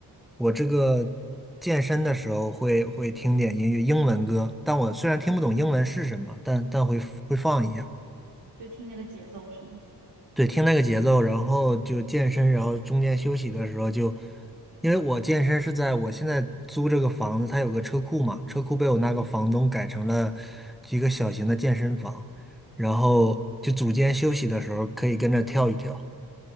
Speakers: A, in the centre; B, on the right.
A: 我这个健身的时候会会听点音乐，英文歌。但我虽然听不懂英文是什么，但但会会放一下。
B: 就听那个节奏是吗？
A: 对，听那个节奏，然后就健身，然后中间休息的时候就，因为我健身是在我现在租这个房子，它有个车库嘛，车库被我那个房东改成了一个小型的健身房，然后就组间休息的时候可以跟着跳一跳。